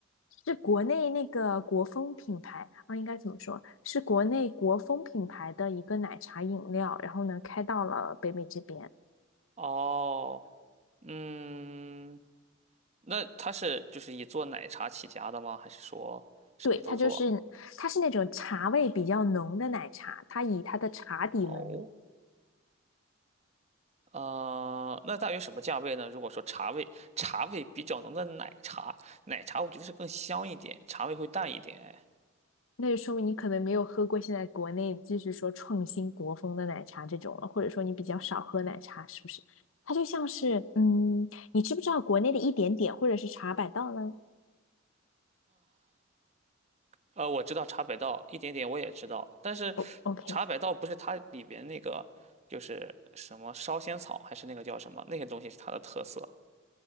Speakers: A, on the left; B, on the right.
A: 是国内那个国风品牌啊，应该怎么说？是国内国风品牌的一个奶茶饮料，然后呢开到了北美这边。
B: 哦，嗯，那它是就是以做奶茶起家的吗？还是说什么都做？
A: 对，它就是它是那种茶味比较浓的奶茶，它以它的茶底闻名。
B: 哦，呃，那大约什么价位呢？如果说茶味，茶味比较浓的奶茶，奶茶我觉得是更香一点，茶味会淡一点。
A: 那就说明你可能没有喝过现在国内就是说创新国风的奶茶这种了，或者说你比较少喝奶茶，是不是？它就像是，嗯，你知不知道国内的一点点或者是茶百道呢
B: 呃，我知道茶百道一点点我也知道，但是
A: 哦 OK，
B: 茶百道不是它里边那个就是什么烧仙草，还是那个叫什么那些东西是它的特色。